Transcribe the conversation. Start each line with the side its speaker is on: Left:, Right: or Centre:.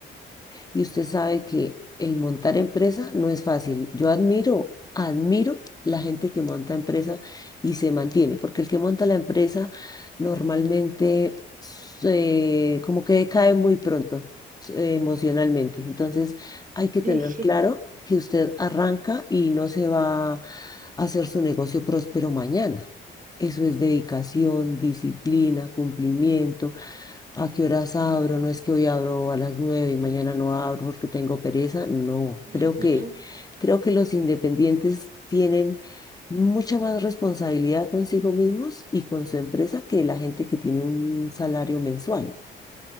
Left: Y usted sabe que el montar empresa no es fácil. Yo admiro, admiro la gente que monta empresa y se mantiene, porque el que monta la empresa normalmente se- como que cae muy pronto eh, emocionalmente. Entonces hay que tener
Right: Sí.
Left: claro que usted arranca y no se va a hacer su negocio próspero mañana. Eso es dedicación, disciplina, cumplimiento ¿A qué horas abro? No es que hoy abro a las nueve y mañana no abro porque tengo pereza. No,
Right: <laughs> Ujú.
Left: creo que, creo que los independientes tienen mucha más responsabilidad consigo mismos y con su empresa que la gente que tiene un salario mensual.